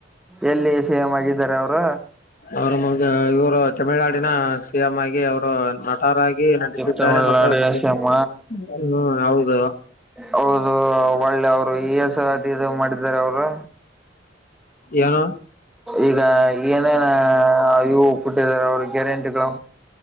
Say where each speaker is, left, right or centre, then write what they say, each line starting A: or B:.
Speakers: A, in the centre; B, on the left.
A: ಎಲ್ಲಿ ಸಿಎಂ ಆಗಿದ್ದಾರೆ ಅವರು
B: ಅವ್ರ ಮು ಇವರು ತಮಿಳ್ನಾಡಿನ ಸಿ ಎಂ ಆಗಿ ಅವರು ನಟರಾಗಿ ನಟಿಸಿದ್ದಾರೆ
A: ತಮಿಳ್ನಾಡು
B: ಮತ್ತು ಸಿ ಎ
A: ಶಮ
B: ಹ್ಮ್ ಹೌದು
A: ಹೌದು ಒಳ್ಳೆ ಅವ್ರು ಈಸ ಅದು ಇದು ಮಾಡಿದಿದ್ದಾರೆ ಅವರು
B: ಏನು
A: ಈಗ ಏನೇನು ಇವು ಪುಟ್ಟಿದ್ದಾರೆ ಅವ್ರ ಗ್ಯಾರಂಟಿಗಳು.